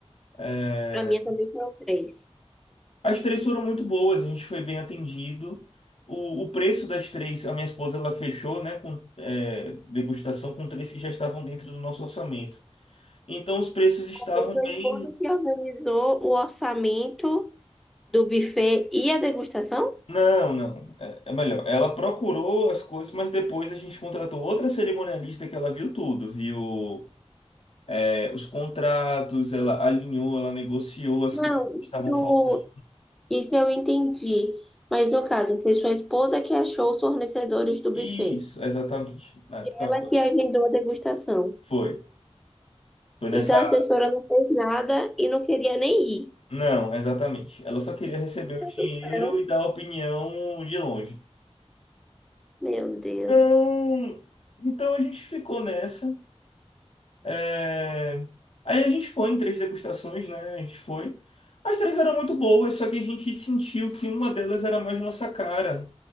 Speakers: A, on the left; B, in the centre.
A: É,
B: A minha também foram três.
A: As três foram muito boas, a gente foi bem atendido. O, o preço das três, a minha esposa ela fechou, né, com é, degustação com três que já estavam dentro do nosso orçamento. Então os preços estavam
B: Foi sua
A: bem.
B: esposa que organizou o orçamento do buffet e a degustação?
A: Não, não. É, é melhor. Ela procurou as coisas, mas depois a gente contratou outra cerimonialista que ela viu tudo, viu é, os contratos, ela alinhou, ela negociou as
B: Não,
A: coisas que
B: isso,
A: estavam faltando.
B: isso eu entendi. Mas no caso, foi sua esposa que achou os fornecedores do buffet.
A: Isso, exatamente. Na época
B: Ela
A: foi.
B: que agendou a degustação.
A: Foi. Foi nessa.
B: Então a assessora não fez nada e não queria nem ir.
A: Não, exatamente. Ela só queria receber o dinheiro
B: Então,
A: e dar opinião de longe.
B: meu Deus.
A: Então, então a gente ficou nessa. É, Aí a gente foi em três degustações, né? A gente foi. As três eram muito boas, só que a gente sentiu que uma delas era mais nossa cara.